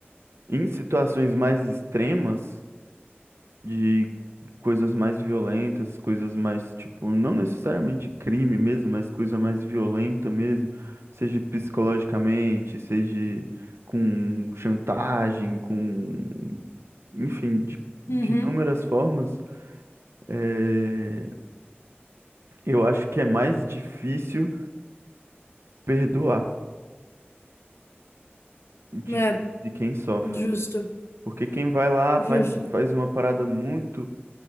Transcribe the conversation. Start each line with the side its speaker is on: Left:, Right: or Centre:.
Right: em situações mais extremas, de coisas mais violentas, coisas mais, tipo, não necessariamente de crime mesmo, mas coisa mais violenta mesmo, seja psicologicamente, seja com chantagem, com enfim, de, de
Left: Uhum.
Right: inúmeras formas, eh, eu acho que é mais difícil perdoar de,
Left: É,
Right: de quem sofre.
Left: justo,
Right: Porque quem vai lá
Left: justo.
Right: faz, faz uma parada muito,